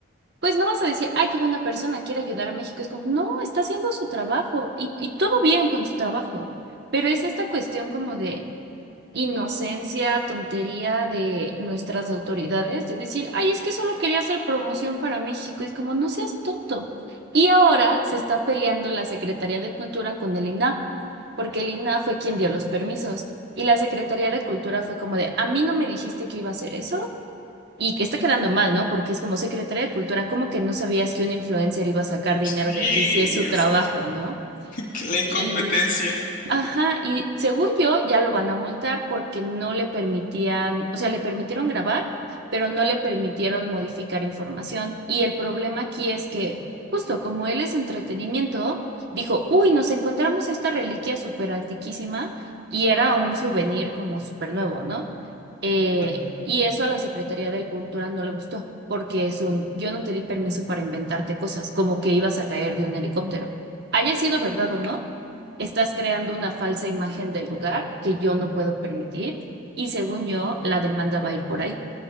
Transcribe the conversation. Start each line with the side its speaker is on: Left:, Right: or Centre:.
Right: pues no vas a decir, ay, qué buena persona, quiere ayudar a México. Es como, no, está haciendo su trabajo y, y todo bien con su trabajo. Pero es esta cuestión como de... inocencia, tontería de nuestras autoridades, de decir, ay, es que solo quería hacer promoción para México, es como, no seas tonto. Y ahora se está peleando la Secretaría de Cultura con el INAH, porque el INAH fue quien dio los permisos. Y la Secretaría de Cultura fue como de, a mí no me dijiste que iba a hacer eso. Y que está quedando mal, ¿no? Porque es como Secretaría de Cultura, ¿cómo que no sabías que un influencer iba a sacar dinero
Left: Sí,
Right: de aquí si es su trabajo,
Left: o sea,
Right: ¿no?
Left: que la incompetencia.
Right: Y, Ajá, y según yo ya lo van a multar porque no le permitían, o sea, le permitieron grabar, pero no le permitieron modificar información. Y el problema aquí es que, justo como él es entretenimiento, dijo, uy, nos encontramos esta reliquia súper antiquísima y era un souvenir como súper nuevo, ¿no? Eh,
Left: Ujú.
Right: y eso a la Secretaría de Cultura no le gustó porque es un, yo no te di permiso para inventarte cosas, como que ibas a caer de un helicóptero. Haya sido verdad o no. Estás creando una falsa imagen del lugar que yo no puedo permitir y según yo, la demanda va a ir por ahí.